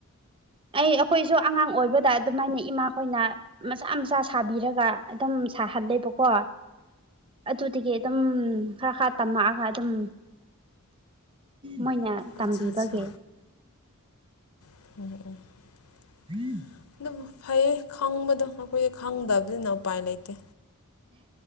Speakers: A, on the right; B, on the left.
A: ꯑꯩ ꯑꯩꯈꯣꯏꯁꯨ ꯑꯉꯥꯡ ꯑꯣꯏꯕꯗ ꯑꯗꯨꯃꯥꯏꯅ ꯏꯃꯥꯈꯣꯏꯅ ꯃꯆꯥ ꯃꯆꯥ ꯁꯥꯕꯤꯔꯒ ꯑꯗꯨꯝ ꯁꯥꯍꯜꯂꯦꯕꯀꯣ꯫ ꯑꯗꯨꯗꯒꯤ ꯑꯗꯨꯝ꯫ ꯈꯔ ꯈꯔ ꯇꯝꯃꯛꯑꯒ ꯑꯗꯨꯝ꯫ ꯃꯣꯏꯅ ꯇꯝꯕꯤꯕꯒꯤ꯫
B: ꯑꯠꯆꯥ ꯑꯠꯆꯥ <inaudible>
A: <unintelligible>
B: ꯑꯗꯨꯕꯨ ꯐꯩꯌꯦ ꯈꯪꯕꯗꯣ ꯑꯩꯈꯣꯏꯗꯤ ꯈꯪꯗꯕꯅꯤꯅ ꯎꯄꯥꯏ ꯂꯩꯇꯦ꯫